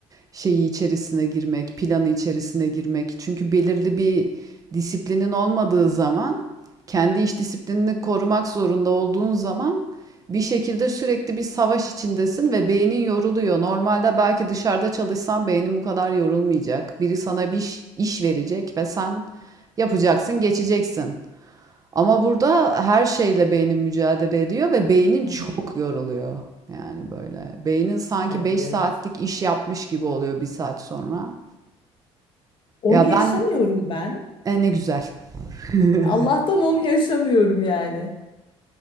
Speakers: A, on the right (about 30°); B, on the left (about 45°).
A: şeyi içerisine girmek, planı içerisine girmek. Çünkü belirli bir disiplinin olmadığı zaman, kendi iş disiplinini korumak zorunda olduğun zaman bir şekilde sürekli bir savaş içindesin ve beynin yoruluyor. Normalde belki dışarıda çalışsan beynin bu kadar yorulmayacak. Biri sana bir iş, iş verecek ve sen yapacaksın, geçeceksin. Ama burada her şeyle beynin mücadele ediyor ve beynin
B: Hı
A: çok
B: hı.
A: yoruluyor. Yani böyle. Beynin sanki
B: Evet.
A: 5 saatlik iş yapmış gibi oluyor bir saat sonra.
B: Onu
A: Ya
B: yaşamıyorum
A: ben
B: ben.
A: e, ne güzel. <laughs>
B: Allah'tan onu yaşamıyorum yani.